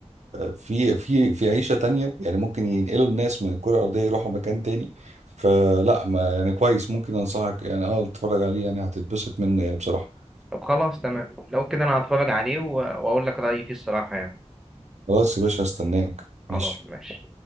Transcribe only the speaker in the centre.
طب خلاص تمام لو كده أنا هتفرج عليه و- وأقول لك رأيي فيه الصراحة يعني
خلاص
ماشي